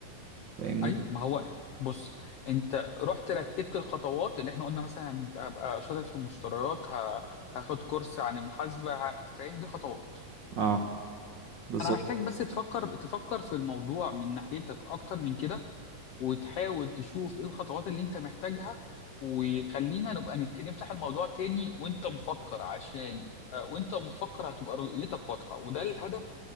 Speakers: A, on the right; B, on the left.
A: فاهمني
B: ايوه ما هو بص انت رحت رتبت الخطوات اللي احنا قلنا مثلا ابقى شاطر في المشتريات ه- هاخد كورس عن المحاسبه ه- انت فاهم دي خطوات
A: اه بالظبط
B: انا محتاج بس تفكر تفكر في الموضوع من ناحيتك اكتر من كده وتحاول تشوف ايه الخطوات اللي انت محتاجها وخلينا نبقى نك- نفتح الموضوع تاني وانت مفكر عشان آه، وانت مفكر هتبقى رؤيتك واضحة وده الهدف